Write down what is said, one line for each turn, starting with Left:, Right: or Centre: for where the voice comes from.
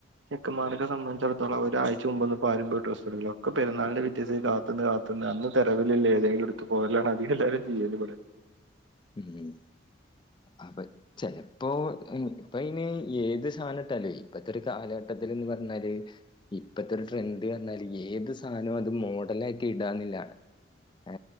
Right: ചെക്കന്മാരൊക്കെ സംബന്ധിച്ചിടത്തോളം ഒരാഴ്ച മുമ്പോന്നും ആരും പോയി ഡ്രസ്സ് എടുക്കില്ല ഒക്കെ പെരുന്നാളിന്റെ പിറ്റേസം കാത്ത് ന്ന് കാത്ത്ന്ന് അന്ന് തെരുവിൽ ഉള്ള ഏതേലും എട് ത്ത്പോരലാണ് അധിക എല്ലാരും ചെയ്യല് ഇവിടെ
Left: ഉം അതെ ചെലപ്പോ ഇപ്പ അയിന് ഏത് സധാനട്ടാലെ ഇപ്പത്തെ ഒരു കാലഘട്ടത്തില്ന്ന് പറഞ്ഞാല് ഇപ്പത്തെ ഒരു ട്രെൻഡ് പറഞ്ഞാല് ഏത് സാധനോം അത് മോഡലാക്കി ഇടാന്നില്ല ഏ